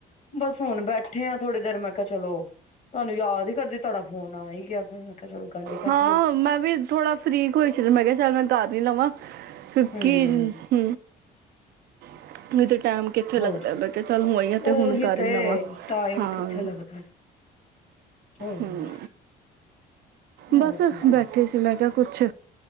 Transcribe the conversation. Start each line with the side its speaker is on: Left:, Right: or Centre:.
Left: ਬਸ ਹੁਣ ਬੈਠੇ ਆ ਥੋੜੀ ਦੇਰ ਮੈਂ ਕਿਹਾ ਚਲੋ ਤੁਹਾਨੂੰ ਯਾਦ ਹੀ ਕਰਦੀ ਤੁਹਾਡਾ ਫੋਨ ਆ ਹੀ ਗਿਆ ਫਿਰ। ਕਿਹਾ ਚਲੋ ਗੱਲ ਹੀ ਕਰ
Right: ਹਾਂ
Left: ਲਈਏ
Right: ਮੈਂ ਵੀ ਥੋੜਾ ਫਰੀ ਕੋਈ ਮੈਂ ਕਿਹਾ ਸ਼ਾਇਦ ਮੈਂ ਘਰ ਨੀ ਲਵਾਂ। ਕੁਕੀ
Left: ਹੂੰ
Right: ਹ <unintelligible> ਤੇ, ਟਾਈਮ ਕਿੱਥੇ
Left: ਹੋਰ
Right: ਲੱਗਦਾ ਵੇ ਕਿਹਾ ਚੱਲ ਹੋਈ ਆ ਤੇ
Left: ਉਹੀ
Right: ਹੁਣ ਕਰ
Left: ਤੇ
Right: ਹੀ ਲਵਾਂ
Left: ਟਾਈਮ
Right: ਹਾਂ
Left: ਕਿੱਥੇ ਲੱਗਦਾ ਹੋਰ
Right: ਹੂੰ,
Left: ਹੋਰ
Right: ਬਸ
Left: ਸੁਣਾਓ
Right: ਬੈਠੇ ਸੀ ਮੈਂ ਕਿਹਾ। ਕੁਛ,